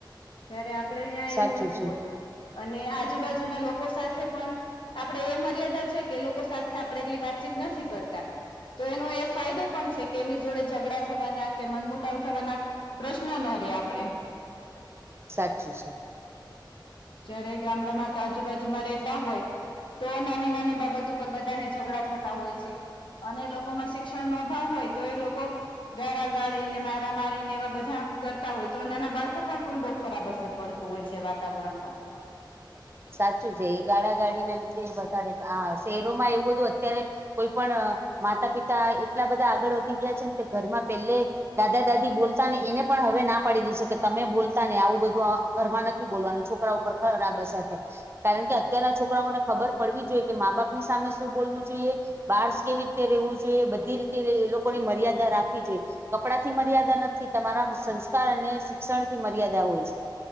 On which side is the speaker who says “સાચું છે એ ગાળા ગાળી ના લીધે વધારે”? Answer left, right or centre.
Right